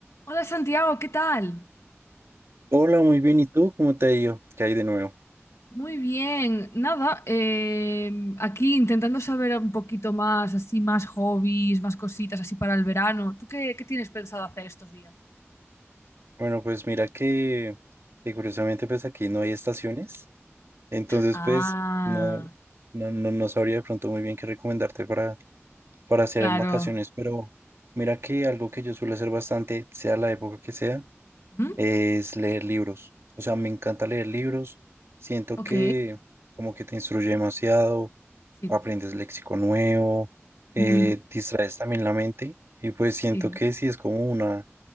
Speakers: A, on the left; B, on the right.
A: Hola Santiago, ¿qué tal?
B: Hola, muy bien. ¿Y tú? ¿Cómo te ha ido? ¿Qué hay de nuevo?
A: Muy bien, nada, eh, aquí intentando saber un poquito más, así más hobbies, más cositas así para el verano. ¿Tú qué, qué tienes pensado hacer estos días?
B: Bueno, pues mira que, que curiosamente pues aquí no hay estaciones, entonces
A: Ah,
B: pues no, no, no, no sabría de pronto muy bien qué recomendarte para, para hacer
A: claro.
B: en vacaciones, pero mira que algo que yo suelo hacer bastante, sea la época que sea,
A: ¿Mm?
B: es leer libros. O sea, me encanta leer libros, siento
A: Ok,
B: que como que te instruye demasiado,
A: sí.
B: aprendes léxico nuevo, eh,
A: Ujú,
B: distraes también la mente y pues siento
A: Sí,
B: que sí es como una